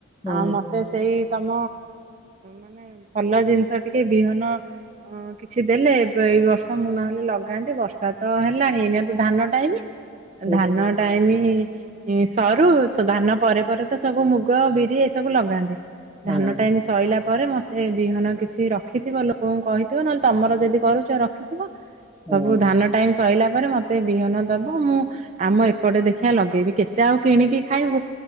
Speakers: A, in the centre; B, on the right.
A: ହୁଁ
B: ଆଉ ମତେ ସେଇ ତମ ମାନେ ଭଲ ଜିନିଷ ଟିକେ ବିହନ କିଛି ଦେଲେ ଏବେ ଏଇ ବର୍ଷ ମୁଁ ନହେଲେ ଲଗାନ୍ତି। ବର୍ଷା ତ ହେଲାଣି ଏଇନା ତ ଧାନ ଟାଇମ୍।
A: ହ
B: ଧାନ ଟାଇମି ସରୁ ଧାନ ପରେ ପରେ ତ ସବୁ ମୁଗ, ବିରି ଏ ସବୁ ଲଗାନ୍ତି।
A: ହଁ
B: ଧାନ ଟାଇମ୍ ଶଇଲା ପରେ ମତେ ବିହନ କିଛି ରଖିଥିବ ଲୋକଙ୍କୁ କହିଥିବ ନହେଲେ ତମର ଯଦି କରୁଚ ରଖିଥିବ।
A: ହଁ
B: ସବୁ ଧାନ ଟାଇମି ସଇଲା ପରେ ମତେ ବିହନ ଦବ। ମୁଁ ଆମ ଏପଟେ ଦେଖିଆ ଲଗେଇବି। କେତେ ଆଉ କିଣିକି ଖାଇବୁ।